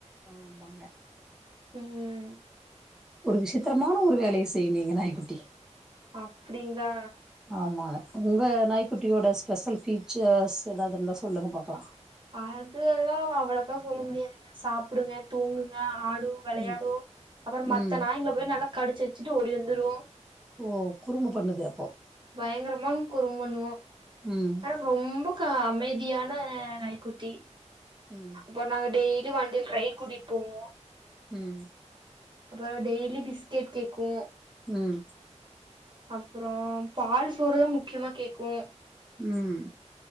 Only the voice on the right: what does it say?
ம்
அப்புடிங்ளா
அது எல்லா அவ்ளோக்கா சொல்ல முடியாதுங்க சாப்புடுங்க தூங்குங்க ஆடு வெளையாடு
அப்புறம் மத்த
நாய்ங்ள போய் நல்லா கடிச்சு வச்சிட்டு ஓடி வந்துரு
பயங்கரமான் குறும் பண்ணூ
அ ரொம்பக்கா அமைதியான நாய்குட்டி
போ நாங்க டெய்லி வண்டில் ரைட் கூட்டிட் போவோ
அப்புறோ அதா டெய்லி பிஸ்கெட் கேக்கு
அப்புறோ பால் சோறுதா முக்கியமா கேக்கு